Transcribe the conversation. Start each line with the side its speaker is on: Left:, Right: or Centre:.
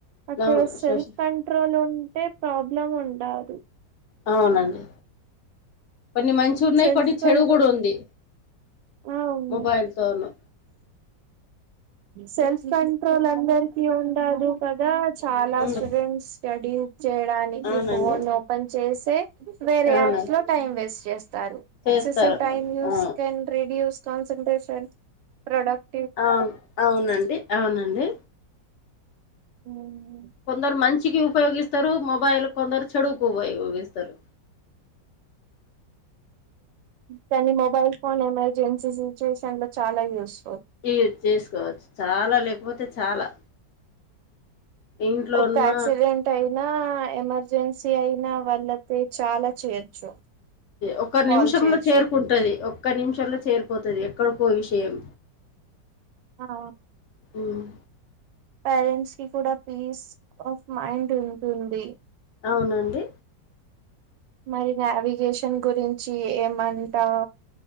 Right: అక్కడ
Left: అవును
Right: సెల్ఫ్
Left: సోషల్
Right: కంట్రోల్ ఉంటే ప్రాబ్లం ఉండదు
Left: అవునండి కొన్ని మంచి ఉన్నాయి
Right: సెల్ఫ్
Left: కొన్ని చెడు
Right: కంట్రోల్
Left: కూడా ఉంది
Right: అవును
Left: మొబైల్ తోను
Right: సెల్ఫ్ కంట్రోల్ అందరికి ఉండదు కదా చాలా
Left: ఉండు
Right: స్టూడెంట్స్ స్టడీ చేయడానికి
Left: అవునండి
Right: ఫోన్ ఓపెన్ చేసే వేరే
Left: అవును
Right: యాప్ లో టైమ్ వేస్ట్ చేస్తారు
Left: చేస్తారు
Right: ఎక్సెసివ్ టైమ్ యూస్
Left: ఆ
Right: కం కాసెరేషన్ ప్రొడక్ట్
Left: ఆహ్ అవునండి అవునండి
Right: ఉమ్
Left: కొందరు మంచికి ఉపయోగిస్తారు మొబైల్ కొందరు చెడువుకు ఉపయోగిస్తారు
Right: కానీ మొబైల్ ఫోన్ ఎమర్జెన్సీ చేస చాలా యూస్
Left: ఈ చేసుకోవచ్చు చాలా లేకపోతే చాలా ఇంట్లో
Right: ఒక
Left: ఉన్న
Right: ఆక్సిడెంట్ అయినా ఎమర్జెన్సీ అయిన వళ్లకి చాలా చేయొచ్చు
Left: ఒక
Right: కాల్
Left: నిమిషంలో
Right: చేయొచ్చు
Left: చేరుకుంటది ఒక్క నిమిషంలో చేరిపోతుంది ఎక్కడికో విషయం
Right: ఆహ్
Left: ఉమ్
Right: పేరెంట్స్ కి కూడా పీస్ ఆఫ్ మైండ్ ఉంటుంది
Left: అవునండి
Right: మరి నావిగేషన్ గురించి ఏమంటా